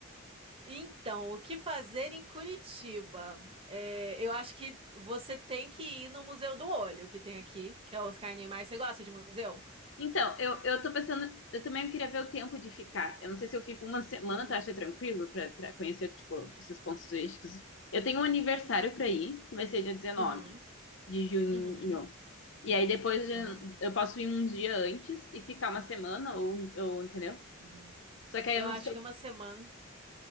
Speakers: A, on the right; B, on the left.
A: Então, o que fazer em Curitiba? É, eu acho que você tem que ir no Museu do Olho, que tem aqui, que é o Oscar Niemeyer. Você gosta de museu?
B: Então, eu, eu tô pensando, eu também queria ver o tempo de ficar. Eu não sei se eu fico uma semana,
A: Uhum.
B: tu acha tranquilo pra, pra conhecer, tipo, esses pontos turísticos? Eu tenho um aniversário pra ir, que vai ser dia 19
A: Uhum.
B: de junho.
A: Uhum,
B: E aí depois de-
A: aham,
B: eu posso ir um dia antes e ficar uma semana, ou, ou entendeu?
A: uhum.
B: Só que aí
A: Eu
B: eu não
A: acho
B: sei
A: que uma semana.